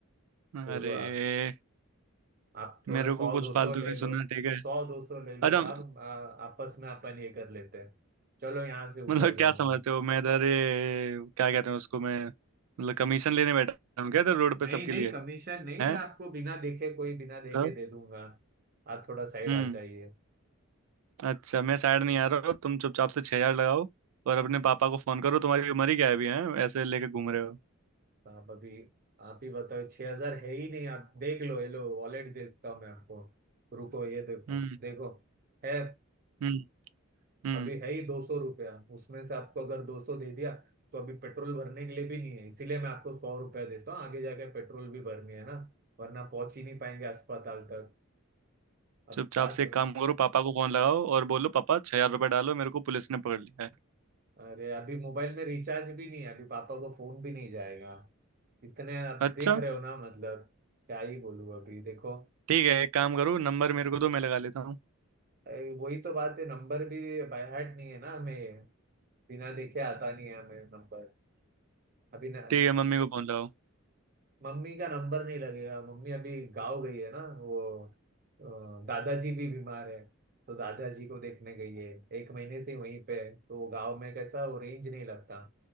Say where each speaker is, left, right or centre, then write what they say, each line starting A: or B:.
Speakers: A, on the right (about 45°); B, on the right (about 80°).
A: बोलो
B: अरे
A: आप आप थोड़ा
B: मेरे
A: सौ
B: को कुछ
A: दो
B: फालतू
A: सौ ले
B: नहीं
A: लो
B: सुनना ठीक है
A: सौ दो सौ ले लो
B: अच्छा
A: साहब आ- आपस में अपन ये कर लेते हैं चलो यहाँ से
B: मतलब
A: उतर जाऊंगा
B: क्या समझते हो मैं इधर ये क्या कहते हैं उसको मैं मतलब कमीशन लेने बैठा हूँ क्या इधर रोड पे
A: नहीं
B: सबके
A: नहीं
B: लिए
A: कमीशन नहीं
B: है
A: मैं आपको बिना देखे कोई बिना देखे
B: तो
A: दे दूंगा आप थोड़ा साइड
B: हम्म
A: आ जाइए
B: अच्छा मैं साइड नहीं आ रहा हूँ तुम चुपचाप से छह हजार लगाओ और अपने पापा को फोन करो तुम्हारी उम्र ही क्या है अभी है ऐसे लेके घूम रहे हो
A: तो आप अभी आप ही बताओ छह हजार है ही नहीं आप देख लो ये लो वॉलेट देता हूँ मैं आपको रुको ये देखो
B: हम्म
A: देखो है
B: हम्म हम्म
A: अभी है ही दो सौ रुपया उसमें से आपको अगर दो सौ दे दिया तो अभी पेट्रोल भरने के लिए भी नहीं है इसीलिए मैं आपको सौ रुपया देता हूँ आगे जाके पेट्रोल भी भरनी है ना वरना पहुंच ही नहीं पाएंगे अस्पताल तक अब
B: चुपचाप
A: बात
B: से एक काम करो पापा को फोन लगाओ और बोलो पापा छह हजार रुपये डालो मेरे को पुलिस ने पकड़ लिया है
A: अरे अभी मोबाइल में रिचार्ज भी नहीं है अभी पापा को फोन भी नहीं जाएगा इतने आप
B: अच्छा
A: देख रहे हो ना मतलब क्या ही बोलूं अभी देखो
B: ठीक है एक काम करो नंबर मेरे को दो मैं लगा लेता हूँ
A: ए, वही तो बात है नंबर भी बाय हार्ट नहीं है ना हमें बिना देखे आता नहीं है हमें नंबर अभी न,
B: ठीक है मम्मी को फोन लगाओ
A: मम्मी का नंबर नहीं लगेगा मम्मी अभी गाँव गई है ना वो अ, दादाजी भी बीमार है तो दादाजी को देखने गई है एक महीने से वहीं पे है तो गाँव में कैसा वो रेंज नहीं लगता